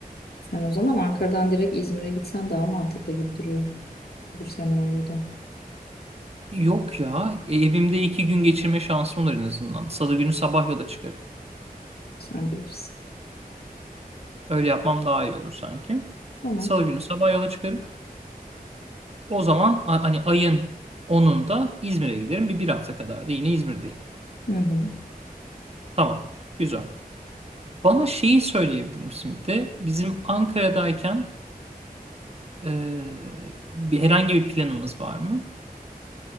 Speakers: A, on the left (about 85°); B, on the right (about 40°).
A: Sen o zaman Ankara'dan direkt İzmir'e gitsen daha mantıklı gibi duruyor bu senaryoda.
B: Yok ya, e, evimde iki gün geçirme şansım olur en azından. Salı günü sabah yola çıkarım.
A: Sen bilirsin.
B: Öyle yapmam daha iyi olur sanki.
A: Tamam.
B: Salı günü sabah yola çıkarım. O zaman a- hani ayın 10'unda İzmir'e giderim. Bir, bir hafta kadar da yine İzmir'deyim.
A: Hı hı.
B: Tamam, güzel. Bana şeyi söyleyebilir misin bir de? Bizim Ankara'dayken e, bir, herhangi bir planımız var mı?